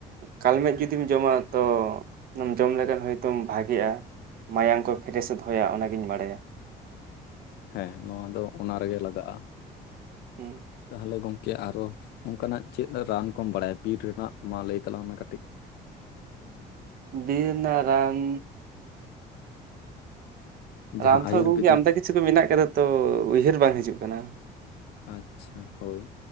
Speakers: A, on the right; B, on the left.
A: ᱠᱟᱞᱢᱮᱜ ᱡᱩᱫᱤᱢ ᱡᱚᱢᱟ ᱛᱚ ᱚᱱᱟ ᱡᱚᱢ ᱞᱮᱠᱷᱟᱱ ᱦᱚᱚᱭᱛᱢ ᱵᱷᱟᱜᱮᱜᱼᱟ ᱢᱟᱭᱟᱝ ᱠᱚ ᱯᱷᱮᱨᱮᱥ ᱫᱚᱦᱚᱭᱟ ᱚᱱᱟᱜᱤᱧ ᱵᱟᱰᱟᱭᱟ
B: ᱦᱮᱸ ᱱᱚᱣᱟ ᱫᱚ ᱚᱱᱟ ᱨᱮᱜᱮ ᱞᱟᱜᱟᱣᱜᱼᱟ
A: ᱦᱩᱸ,
B: ᱛᱟᱦᱚᱞᱮ ᱜᱚᱝᱠᱮ ᱪᱮᱫ ᱟᱨᱚ ᱦᱚ, ᱚᱱᱠᱟᱱᱟᱜ ᱪᱮᱫ ᱨᱟᱱ ᱠᱚᱢ ᱵᱟᱰᱟᱭᱟ, ᱵᱤᱨ ᱨᱮᱱᱟᱜ ᱢᱟ ᱞᱟᱹᱭ ᱛᱟᱞᱟᱝ ᱢᱮ ᱠᱟᱹᱴᱤᱡ᱾
A: ᱵᱤᱨ ᱱᱟ ᱨᱟᱱ
B: ᱡᱟᱦᱟᱸ
A: ᱟᱱᱛᱷᱟᱞ
B: ᱟᱭᱩᱨᱵᱮᱫᱤᱠ
A: ᱜᱚᱝᱠᱮ ᱟᱱᱠᱟ ᱠᱤᱪᱷᱩ ᱯᱮ ᱢᱮᱛᱟᱜ ᱠᱟᱱᱟ ᱛᱚ ᱩᱭᱦᱟᱹᱨ ᱵᱟᱝ ᱦᱤᱡᱩᱜ ᱠᱟᱱᱟ᱾
B: ᱟᱪᱪᱷᱟ ᱦᱳᱭ